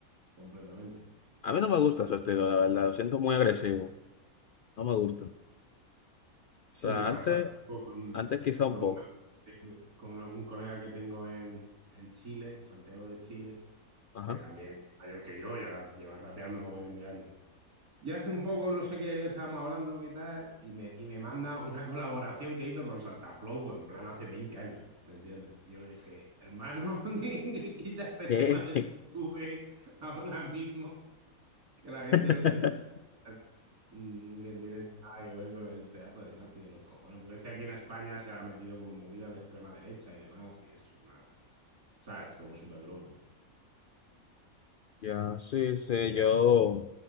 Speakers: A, on the right; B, on the left.
A: completamente.
B: A mí no me gusta su estilo, la verdad, lo siento muy agresivo. No me gusta. O sea,
A: Sí, me pasa
B: antes,
A: hace poco con,
B: antes quizá un
A: con,
B: poco.
A: un amigo que tengo- con una- un colega que tengo en, en Chile, en Santiago de Chile
B: Ajá.
A: que también es mayor que yo, ya lleva rapeando mogollón de años. Y hace un poco, no sé qué estábamos hablando, qué tal, y me, y me manda una <laughs> colaboración que hizo con Santa Flow, pues en plan hace 20 años, ¿me entiendes? Y yo le dije, hermano, <laughs> quita ese
B: ¿Qué?
A: tema del YouTube ahora mismo, que la gente
B: <laughs>
A: no se entera mm, que tienes nada que ver con el pedazo de nazi de los cojones, porque este aquí en España se ha metido como en movidas de extrema derecha y demás, y es una, ¿sabes? Como súper loco.
B: Ya, sí, sí, yo